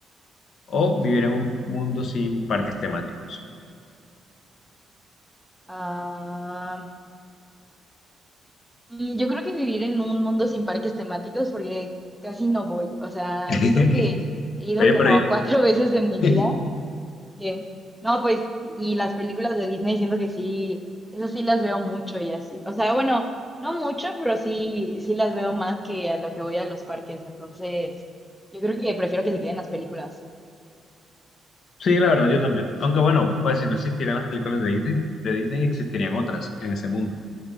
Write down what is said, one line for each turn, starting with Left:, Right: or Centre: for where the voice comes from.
Left: ¿O vivir en un mundo sin parques temáticos?
Centre: Ah, Mm, Yo creo que vivir en un mundo sin parques temáticos, porque casi no voy. O sea,
Left: <laughs>
Centre: yo creo que he ido
Left: Oye,
Centre: como
Left: pero ahí-
Centre: cuatro <laughs> veces en mi vida.
Left: <laughs>
Centre: Que, no, pues, y las películas de Disney siento que sí, eso sí las veo mucho y así. O sea, bueno, no mucho, pero sí, sí las veo más que a lo que voy a los parques. Entonces, yo creo que prefiero que se queden las películas.
Left: sí, la verdad, yo también. Aunque bueno, pues si no existieran las películas de Disney, de Disney existirían otras en ese mundo.